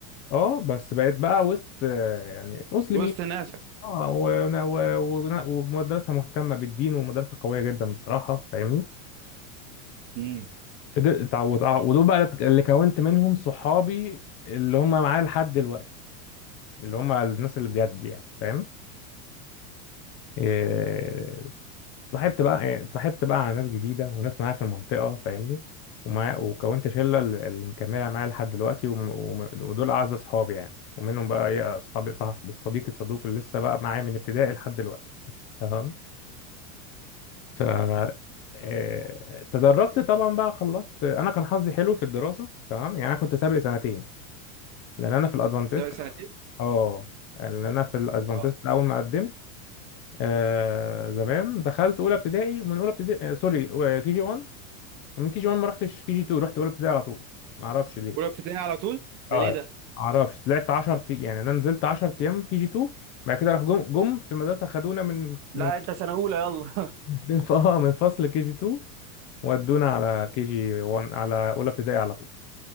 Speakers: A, on the left (about 30°); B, on the right (about 40°).
A: اه بس بقيت بقى وسط آه، يعني مسلمين
B: وسط ناسك
A: اه و- و- و- ومدرسة مهتمة بالدين ومدرسة قوية جدا بصراحة فاهمني
B: مم.
A: فضلت- وتع- ودول بقى اللي كونت منهم صحابي اللي هم معايا لحد دلوقتي اللي هم الناس اللي بجد يعني فاهم إيه، اتصاحبت بقى إيه، اتصاحبت بقى على ناس جديدة وناس معايا في المنطقة فاهمني ومع وكونت شلة اللي اللي مكملة معايا لحد دلوقتي وم- وم- ودول أعز أصحابي يعني ومنهم بقى إيه أصحابي صاحب الصديق الصدوق اللي لسه بقى معايا من ابتدائي لحد دلوقتي تمام ف إيه، تدرجت طبعا بقى خلصت أنا كان حظي حلو في الدراسة تمام يعني أنا كنت سابق سنتين لأن أنا في الأدفانتست
B: طب سنتين
A: أه لأن أنا في الأدفانتست
B: آه.
A: أول ما قدمت آه زمان دخلت اولى ابتدائي ومن اولى ابتدائي آه سوري آه، كي جي 1 ومن كي جي 1 ما رحتش كي جي 2 رحت اولى ابتدائي على طول ما اعرفش ليه
B: اولى ابتدائي على طول ده
A: اه
B: ليه
A: ما
B: ده
A: اعرفش طلعت 10 يعني انا نزلت 10 ايام كي جي 2 بعد كده راح جم جم في المدرسه خدونا من
B: لا
A: من
B: انت سنة أولى يلا <laughs>
A: <laughs> من ف- آه، من فصل كي جي 2 ودونا على كي جي 1 على اولى ابتدائي على طول